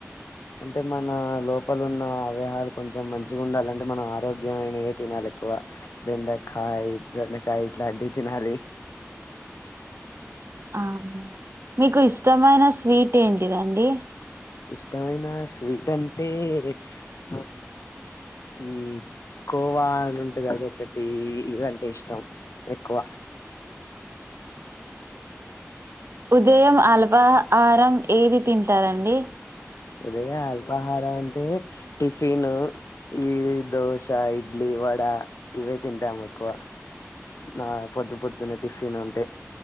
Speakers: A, on the left; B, on the right.
A: అంటే మన లోపల ఉన్న అవ్యహాలు కొంచెం మంచిగా ఉండాలంటే మనం ఆరోగ్యమైనవే తినాలి ఎక్కువ బెండకాయ్ దొండకాయ్ ఇట్లాంటివి తినాలి
B: ఆ అవునా మీకు ఇష్టమైన స్వీట్ ఏంటిదండి
A: ఇష్టమైన స్వీట్ అంటే ఆ ఈ కోవా అని ఉంటుది అది ఒకటి ఇదంటే ఇష్టం ఎక్కువ
B: ఉదయం అల్పాహారం ఏది తింటారండి
A: ఉదయ అల్పాహారం అంటే టిఫిన్ ఈ దోశ ఇడ్లీ వడ ఇవే తింటాము ఎక్కువ ఆ పొద్దు పొద్దున్నే టిఫిన్ అంతే